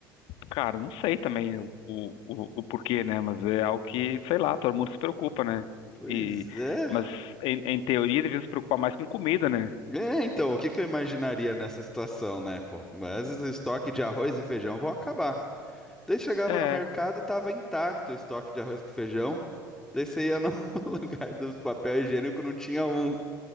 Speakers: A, on the left; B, in the centre.
A: Cara, não sei também o, o, o o porquê, né? Mas é algo que, sei lá, todo mundo se preocupa, né?
B: Pois
A: E,
B: é.
A: mas em, em teoria deviam se preocupar mais com comida, né?
B: É, então, o que que eu imaginaria nessa situação, né, pô? Mas o estoque de arroz e feijão vão acabar. Daí chegava
A: É,
B: no mercado, tava intacto o estoque de arroz e feijão. Daí você ia no <laughs> lugar dos papel higiênico, não tinha um.